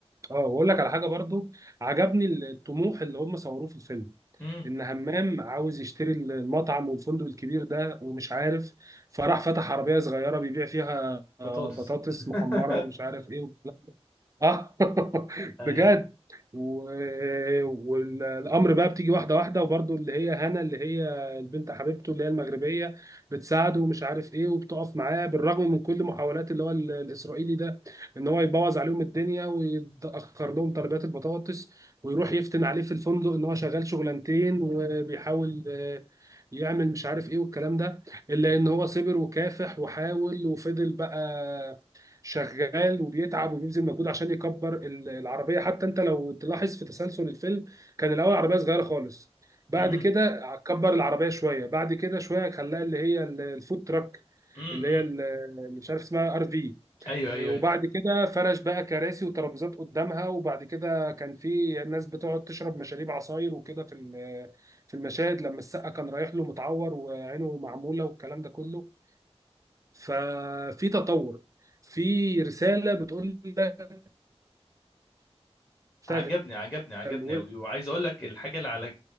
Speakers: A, on the right; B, on the left.
A: اه واقول لك على حاجه برضو عجبني الطموح اللي هم صوروه في الفيلم
B: امم
A: ان همام عاوز يشتري المطعم والفندق الكبير ده ومش عارف فراح فتح عربيه صغيره بيبيع فيها آه،
B: بطاطس
A: بطاطس
B: <laughs>
A: محمره ومش عارف ايه اه <laughs>
B: ايوه
A: بجد و... والامر بقى بتيجي واحده واحده وبرضه اللي هي هنا اللي هي البنت حبيبته اللي هي المغربيه بتساعده ومش عارف ايه وبتقف معاه بالرغم من كل محاولات اللي هو ال- الاسرائيلي ده ان هو يبوظ عليهم الدنيا ويتاخر لهم طلبات البطاطس ويروح يفتن عليه في الفندق ان هو شغال شغلانتين وبيحاول آه، يعمل مش عارف ايه والكلام ده الا ان هو صبر وكافح وحاول وفضل بقى شغال وبيتعب وبيبذل مجهود عشان يكبر ال- العربيه حتى انت لو تلاحظ في تسلسل الفيلم كان الاول عربيه صغيره خالص بعد
B: امم
A: كده كبر العربيه شويه بعد كده شويه خلاها اللي هي ال- الفود تراك
B: <clears throat>
A: اللي هي ال- اللي مش عارف اسمها ار في
B: ايوه ايوه
A: وبعد
B: ايوه
A: كده فرش بقى كراسي وترابيزات قدامها وبعد كده كان في ناس بتقعد تشرب مشاريب عصاير وكده في ال- في المشاهد لما السقا كان رايح له متعور وعينه معموله والكلام ده كله ففي تطور في رسالة بتقول لك اشتغل
B: عجبني عجبني عجبني
A: واسعى
B: قوي وعايز اقول لك الحاجه اللي على